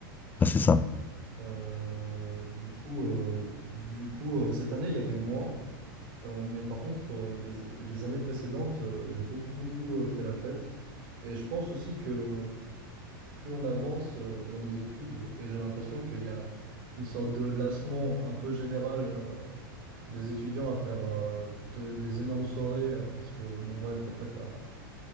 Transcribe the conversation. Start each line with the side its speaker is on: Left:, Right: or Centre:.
Left: Ah, c'est ça.
Right: Euh, du coup, euh, du coup euh, cette année, il y avait moins. Euh, mais par contre, euh, les, les années précédentes, euh, j'ai beaucoup, beaucoup euh, fait la fête. Et je pense aussi que plus on avance euh, dans nos études, et j'ai l'impression qu'il y a une sorte de lassement un peu général euh, des étudiants à faire euh, de- des énormes soirées. euh, parce que, bon, bref, après, t'as,